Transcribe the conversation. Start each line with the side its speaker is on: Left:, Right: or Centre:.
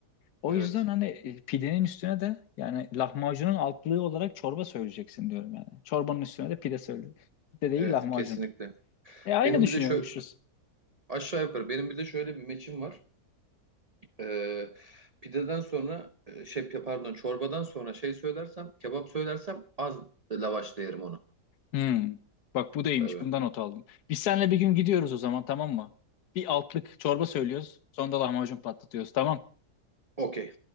Left: O
Right: Evet.
Left: yüzden hani e, pidenin üstüne de yani lahmacunun altlığı olarak çorba söyleyeceksin diyorum yani. Çorbanın üstüne de pide söyle. Pide değil
Right: Evet
Left: lahmacun.
Right: kesinlikle.
Left: E aynı
Right: Benim
Left: düşünüyormuşuz.
Right: bir de şöyle aşağı yukarı benim bir de şöyle bir meçim var. Ee, pideden sonra e, şey pardon çorbadan sonra şey söylersem kebap söylersem az lavaşla yerim onu.
Left: Hmm. Bak bu da iyiymiş.
Right: Tabii.
Left: Bundan not aldım. Biz seninle bir gün gidiyoruz o zaman tamam mı? Bir altlık çorba söylüyoruz. Sonra da lahmacun patlatıyoruz tamam
Right: Okey.